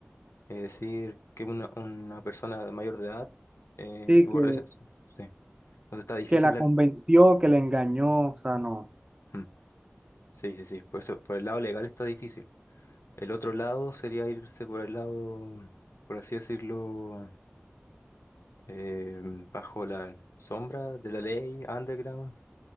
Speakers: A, on the left (about 75°); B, on the right (about 20°).
A: es decir, que una, una persona de mayor de edad eh,
B: Sí,
A: tuvo
B: que
A: relaciones. Sí. Entonces está difícil
B: que la
A: la...
B: convenció, que la engañó, o sea, no.
A: Mm. Sí, sí, sí. Por eso, por el lado legal está difícil. El otro lado sería irse por el lado, por así decirlo, eh, bajo la sombra de la ley, underground.